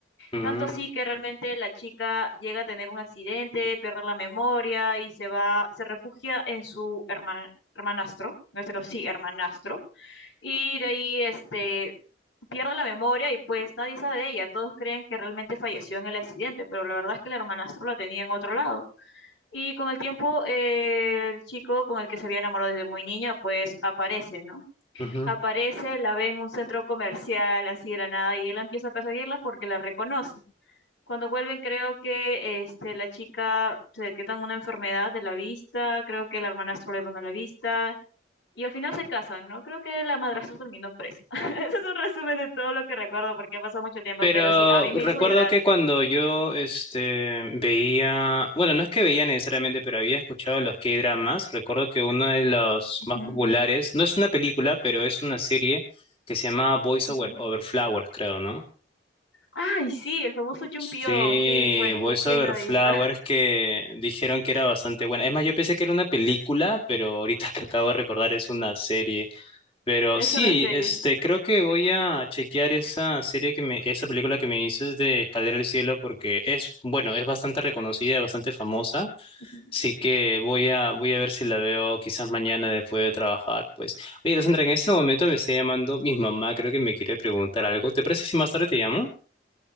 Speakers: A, on the left (about 30°); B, on the left (about 75°).
A: ujú,
B: Tanto así que realmente la chica llega a tener un accidente, pierde la memoria y se va, se refugia en su herma- hermanastro, en este caso sí, hermanastro, y de ahí este pierde la memoria y pues nadie sabe de ella. Todos creen que realmente falleció en el accidente, pero la verdad es que el hermanastro la tenía en otro lado. Y con el tiempo, eh, el chico con el que se había enamorado desde muy niña, pues aparece, ¿no?
A: ujú.
B: Aparece, la ve en un centro comercial, así de la nada, y él empieza a perseguirla porque la reconoce. Cuando vuelven, creo que este, la chica se detecta una enfermedad de la vista, creo que el hermanastro le dona la vista, y al final se casan, ¿no? Creo que la madrastra terminó presa. <laughs> Ese es un resumen de todo lo que recuerdo porque ha pasado mucho tiempo,
A: Pero
B: pero sí, a mí me
A: recuerdo
B: hizo llorar.
A: que cuando yo este, veía, bueno, no es que veía necesariamente, pero había escuchado los K-dramas, recuerdo que uno de los más
B: Ujú,
A: populares, no es una película, pero es una serie que se llama Boys
B: ujú.
A: Over, Over Flowers, creo, ¿no?
B: Ay, sí, el famoso Jumpio.
A: Sí,
B: Sí, bueno,
A: Boys
B: sí, ¿quién
A: Over
B: no ha
A: Flowers
B: visto? <laughs>
A: que dijeron que era bastante buena. Es más, yo pensé que era una película, pero ahorita <laughs> que acabo de recordar es una serie. Pero
B: Es
A: sí,
B: una serie,
A: este,
B: sí.
A: creo que voy a chequear esa serie que me, esa película que me dices de Escalera al Cielo porque es, bueno, es bastante reconocida, bastante famosa.
B: Ujú.
A: Así que voy a, voy a ver si la veo quizás mañana después de trabajar, pues. Oye, Alessandra, en este momento me está llamando mi mamá, creo que me quiere preguntar algo. ¿Te parece si más tarde te llamo?